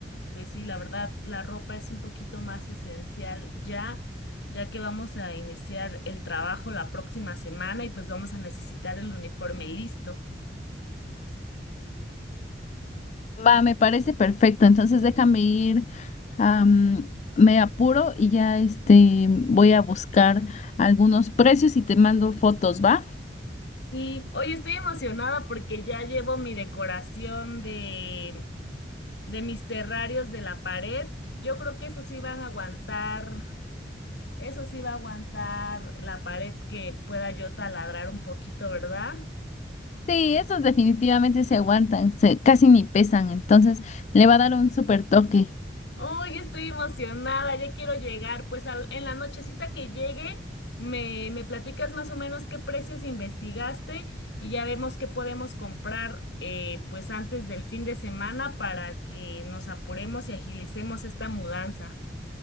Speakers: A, on the left (about 70°); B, on the left (about 40°).
A: pues sí, la verdad, la ropa es un poquito más esencial ya, ya que vamos a iniciar el trabajo la próxima semana y pues vamos a necesitar el uniforme listo.
B: Va, me parece perfecto. Entonces déjame ir, am, me apuro y ya este voy a buscar algunos precios y te mando fotos, ¿va?
A: Sí, hoy estoy emocionada porque ya llevo mi decoración de, de mis terrarios de la pared. Yo creo que esos sí van a aguantar Eso sí va a aguantar la pared que pueda yo taladrar un poquito, ¿verdad?
B: Sí, esos definitivamente se aguantan, se, casi ni pesan, entonces le va a dar un super toque.
A: ¡Oh, yo estoy emocionada! Ya quiero llegar. Pues al- en la nochecita que llegue, me, me platicas más o menos qué precios investigaste y ya vemos qué podemos comprar eh, pues antes del fin de semana para que nos apuremos y agilicemos esta mudanza.